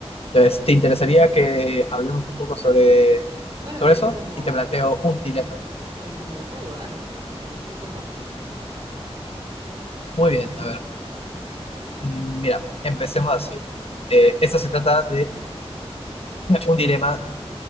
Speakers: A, on the left; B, on the right.
A: Entonces, ¿te interesaría que hablemos un poco sobre,
B: Dale,
A: sobre eso?
B: es como,
A: Y te planteo un dilema.
B: es como un juego, dale, sí, me, me copa.
A: Muy bien, a ver, mm, mira, empecemos así. Eh, esto se trata de un dilema